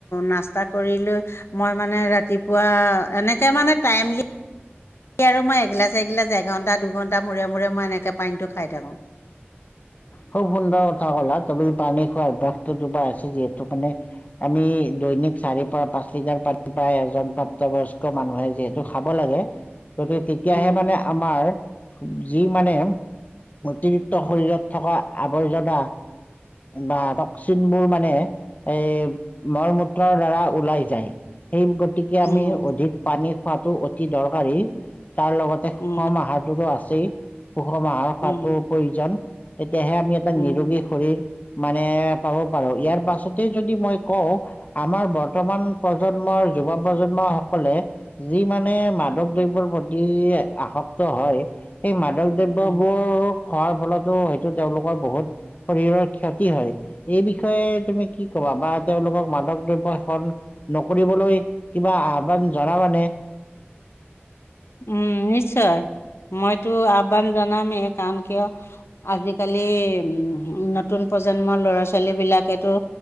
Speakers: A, on the left; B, on the left.
A: নাস্তা কৰি লৈ মই মানে ৰাতিপুৱা এনেকে মানে টাইমলি স আৰু মই এগিলাছ এগিলাছ এঘণ্টা দুঘণ্টা মূৰে মূৰে মই এনেকে পানীটো খাই থাকোঁ
B: খুব সুন্দৰ কথা কলা তুমি পানী অভ্যাসটো তোমাৰ আছে যিহেতু মানে আমি দৈনিক চাৰিৰ পৰা পাঁচ লিটাৰ পানী প্ৰায় এজন প্ৰাপ্তবয়স্ক মানুহে যিহেতু খাব লাগে। গতিকে তেতিয়াহে
A: উম
B: মানে আমাৰ যি মানে অতিৰিক্ত শৰীৰত। থকা আৱৰ্জনা বা টকচিনবোৰ মানে এই মল মূত্ৰৰ দ্বাৰা ওলাই যায়। সেই গতিকে আমি
A: উম
B: অধিক পানী খোৱাটো অতি দৰকাৰী। তাৰ লগতে সুষম
A: উম
B: আহাৰটোতো আছে। চেই পুখ মাহাৰ খোৱাতো
A: উম
B: প্ৰয়োজন তেতিয়াহে আমি এটা
A: উম
B: নিৰোগী শৰীৰ মানে পাব। ইয়াৰ পাছতে যদি মই কওঁ আমাৰ বৰ্তমান প্ৰজন্মৰ যুৱ প্ৰজন্ম সকলে যি মানে মাদক দ্ৰবৰ প্ৰতি আসক্ত হয় সেই ম পদক দ্ৰব্যবোৰ
A: উম
B: হোৱাৰ ফলত হয়তো তেওঁলোকৰ বহুত। শৰীৰৰ ক্ষতি হয় এই বিষয়ে তুমি কি কবা বা তেওঁলোকক মাদক দ্ৰব্য সেষন নকৰিবলৈ কিবা আহ্বান জনাবানে
A: উম নিশ্চয় মইতো আহ্বান জনামেই কাৰণ কিয় আজিকালি উ নতুন প্ৰজন্মৰ ল'ৰা ছোৱালী বিলাকেতো